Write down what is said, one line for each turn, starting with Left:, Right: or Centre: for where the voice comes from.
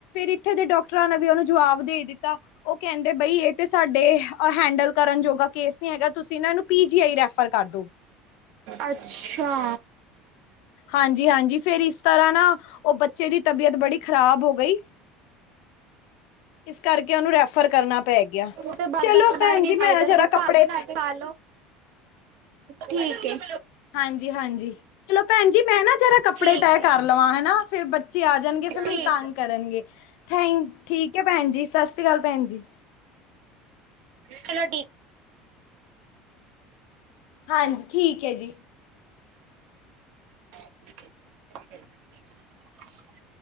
Left: ਤੇ ਇੱਥੇ ਦੇ ਡਾਕਟਰਾਂ ਨੇ ਵੀ ਉਹਨੂੰ ਜਵਾਬ ਦੇ ਦਿੱਤਾ ਉਹ ਕਹਿੰਦੇ ਬਈ ਇਹ ਤੇ ਸਾਡੇ ਹੈਂਡਲ ਕਰਨ ਜੋਗਾ ਕੇਸ ਨੀ ਹੈਗਾ ਤੁਸੀਂ ਨਾ ਇਹਨਾਂ ਨੂੰ ਪੀ ਜੀ ਆਈ ਰੈਫਰ ਕਰਦੋ
Right: ਅੱਛਾ
Left: ਹਾਂਜੀ ਹਾਂਜੀ ਫਿਰ ਇਸ ਤਰ੍ਹਾਂ ਨਾ ਉਹ ਬੱਚੇ ਦੀ ਤਬੀਅਤ ਬੜੀ ਖ਼ਰਾਬ ਹੋ ਗਈ ਇਸ ਕਰਕੇ ਉਹਨੂੰ ਰੈਫਰ ਕਰਨਾ ਪੈ ਗਿਆ।
Right: ਤੇ ਬਾਹਰ
Left: ਚਲੋ
Right: ਦਾ ਖਾਣਾ
Left: ਪੈਣ
Right: ਵੀ ਨੀ
Left: ਜੀ
Right: ਚਾਹੀਦਾ
Left: ਮੈਂ ਜਰਾ
Right: ਸਗੋਂ
Left: ਕੱਪੜੇ
Right: ਘਰ ਬਣਾ ਕੇ ਖਾ ਲੋ ਠੀਕ ਏ
Left: ਹਾਂਜੀ, ਹਾਂਜੀ ਚਲੋ ਪੈਣ ਜੀ ਮੈਂ ਨਾ ਜਰਾ ਕੱਪੜੇ
Right: ਠੀਕ
Left: ਤੈਅ
Right: ਹੈ
Left: ਕਰ ਲਵਾਂ ਹਨਾ ਫੇਰ ਬੱਚੇ ਆ ਜਾਨਗੇ ਫੇਰ ਮੈਨੂੰ
Right: ਠੀਕ
Left: ਤੰਗ ਕਰਨਗੇ ਥੈਂਕ ਠੀਕ ਹੈ ਪੈਣ ਜੀ ਸਤਿ ਸ਼੍ਰੀ ਅਕਾਲ ਪੈਣ ਜੀ
Right: ਚਲੋ ਠੀਕ
Left: ਹਾਂਜੀ ਠੀਕ ਹੈ ਜੀ
Right: <inaudible>